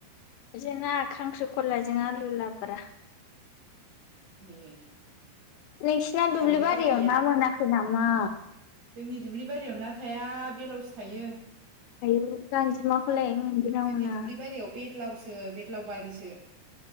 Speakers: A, on the left (about 80°); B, on the right (about 55°).
A: जोंना खांख्रिखलाजों आलु लाब्रा
B: ए
A: नोंसिना दुब्लि
B: दावदैफोर
A: बारियाव
B: गैया
A: ना मोनाखै नामा?
B: जोंनि दुब्लि बारियाव ना थाया बेलावसो थायो।
A: आयौ गांजेमाखौलाय मोनगोन ना
B: जोंनि
A: मोना
B: दुब्लि बारियाव बेदलावसो बेद लाव बारिस